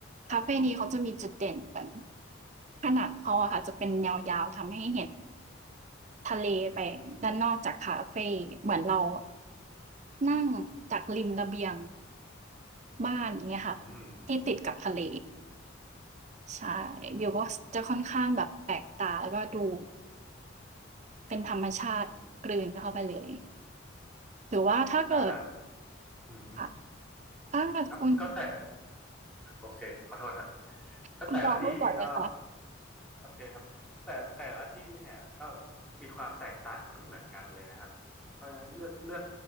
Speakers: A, in the centre; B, on the right.
A: ครับ
B: คาเฟนี้เขาจะมีจุดเด่นเหมือนผนังเขาอะค่ะจะเป็นแนวยาวทำให้เห็นทะเลไปด้านนอกจากคาเฟเหมือนเรา
A: อืม
B: นั่งจากริมระเบียงบ้านอย่างเงี้ยค่ะ
A: อืม
B: ที่ติดกับทะเลใช่วิวก็สจะค่อนข้างแบบแปลกตาแล้วก็ดู
A: อืม
B: เป็นธรรมชาติกลืนเข้าไปเลย
A: อืม
B: หรือว่าถ้าเกิด
A: แต่ละอืม
B: ค่ะถ้าคุณ
A: ครับก็แต่โอเคขอโทษครับก็แต่ละที่ก็
B: คุณปอพูดก่อนเลยค่ะ
A: โอเคครับ แต่แต่ละที่เนี่ยก็มีความแตกต่างไม่เหมือนกันเลยนะครับ เพราะฉะนั้นเลือกเลือก